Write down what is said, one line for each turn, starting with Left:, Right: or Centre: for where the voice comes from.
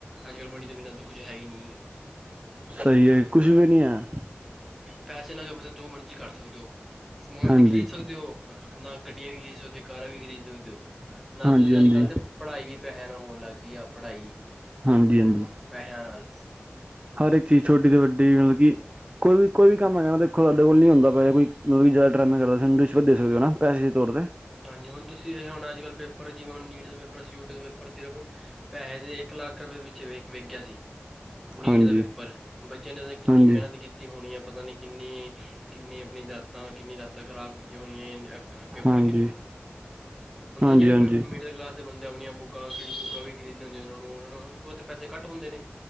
Centre: ਅੱਜ-ਕੱਲ੍ਹ ਮਨੀ ਤੋਂ ਬਿਨਾਂ ਤੋਂ ਕੁਝ ਹੈ ਈ ਨੀ।
Right: ਸਈ ਏ ਕੁੱਛ ਵੀ ਨੀ ਹੈ।
Centre: ਪੈਸੇ ਨਾ ਜੋ ਪੈਸੇ ਜੋ ਮਰਜ਼ੀ ਕਰ ਸਕਦੇ ਓ ਸਮਾਨ
Right: ਹਾਂਜੀ
Centre: ਤਾਂ ਖਰੀਦ ਸਕਦੇ ਹੋ ਨਾ ਗੱਡੀਆਂ ਵੀ ਖਰੀਦ ਸਕਦੇ ਤੇ ਕਾਰਾਂ ਵੀ ਖਰੀਦ ਸਕਦੇ ਓ ਨਾਲ
Right: ਹਾਂਜੀ
Centre: ਤੁਸੀਂ
Right: ਹਾਂਜੀ
Centre: ਅੱਜ-ਕੱਲ੍ਹ ਦੇ ਪੜ੍ਹਾਈ ਵੀ ਪੈਸਿਆਂ ਨਾ ਹੋਣ ਲੱਗ ਗਈ ਆ ਪੜ੍ਹਾਈ
Right: ਹਾਂਜੀ-ਹਾਂਜੀ
Centre: ਪੈਸਿਆਂ ਨਾਲ
Right: ਹਰ ਇੱਕ ਚੀਜ਼ ਛੋਟੀ ਤੋਂ ਵੱਡੀ ਮਤਲਬ ਕੀ ਕੋਈ ਵੀ ਕੋਈ ਵੀ ਕੰਮ
Centre: ਹਾਂਜੀ
Right: ਹੈਗਾ ਨਾ ਦੇਖੋ ਸਾਡੇ ਕੋਲ ਨੀ ਹੁੰਦਾ ਪਿਆ ਕੋਈ ਮਤਲਬ ਕੀ ਜਾਦਾ ਡਰਾਮੇ ਕਰਦਾ ਸਾਨੂੰ ਰਿਸ਼ਵਤ ਦੇ ਸਕਦੇ ਓ ਨਾ ਪੈਸੇ ਦੇ ਤੌਰ ਤੇ।
Centre: ਹਾਂਜੀ ਹੁਣ ਤੁਸੀਂ ਏ ਹੁਣ ਅੱਜ-ਕੱਲ੍ਹ ਪੇਪਰ ਜਿਵੇਂ ਹੁਣ ਨੀਟ ਦਾ ਪੇਪਰ ਸਿਊਟ ਦੇ ਪੇਪਰ ਸਿਰਫ ਪੈਸੇ ਦੇ ਇੱਕ ਲੱਖ ਰੁਪਏ ਪਿੱਛੇ ਵਿ ਵਿੱਕ ਗਿਆ ਸੀ। ਨੀਟ
Right: ਹਾਂਜੀ
Centre: ਦਾ ਪੇਪਰ ਬੱਚਿਆਂ ਨੇ ਓਹਦੋਂ ਕਿੰਨੀ
Right: ਹਾਂਜੀ
Centre: ਮਿਹਨਤ ਕੀਤੀ। ਕੀਤੀ ਹੋਣੀ ਆ ਪਤਾ ਨੀ ਕਿੰਨੀ-ਕਿੰਨੀ ਆਪਣੀ ਰਾਤਾਂ ਕਿੰਨੀ ਰਾਤਾਂ ਖ਼ਰਾਬ ਕੀਤੀਆਂ ਹੋਣੀਆਂ ਏਨ ਅੱਖਾਂ।
Right: ਹਾਂਜੀ,
Centre: <unintelligible>
Right: ਹਾਂਜੀ,
Centre: ਜੇੜ੍ਹੇ
Right: ਹਾਂਜੀ,
Centre: ਮਿਡਲ ਕਲਾਸ ਦੇ ਬੰਦੇ ਆਪਣੀਆਂ ਬੁੱਕਾਂ ਖਰੀਦ ਬੂੱਕਾਂ ਵੀ ਖਰੀਦਣੀਆਂ ਹੁੰਦੀਆਂ ਓਨਾ ਨੂੰ ਉਨਾਂ ਨੂੰ ਤੇ ਪੈਸੇ ਕਟ ਹੁੰਦੇ ਨੇ।